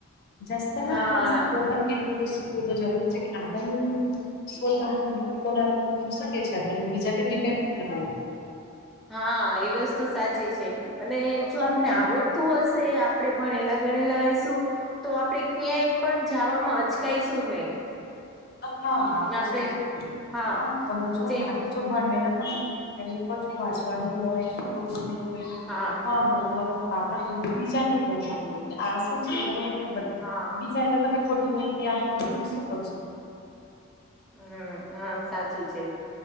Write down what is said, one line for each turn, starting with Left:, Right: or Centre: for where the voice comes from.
Left: જસ્ત
Centre: હા
Left: ના શીખવો પણ એટલું તો તો જરૂરી છે કે આપના શકે છે બીજા <inaudible>
Centre: હા એ વસ્તુ સાચી છે. અને જો
Left: હા
Centre: આપને આવડતું હશે આપડે ભણેલા ગણેલા હશું તો આપણેે ક્યાંય પણ જવામાં અચકાયશું નહી.
Left: હા તો
Centre: આપડે
Left: છે
Centre: હા
Left: હ તમે જો
Centre: જેમ
Left: બાકી જો ભણેલા ને એ કછું વાંચવાનું હોય તો કોઈ
Centre: હા
Left: હ હો તમારે કાગત હો બીજાને કવું પડ્યું આ શું છે રે
Centre: હા
Left: બીજા તો તમે ખોટી માહિતી આપજો તો તમે શું કરશો?
Centre: હમ હ સાચું છે.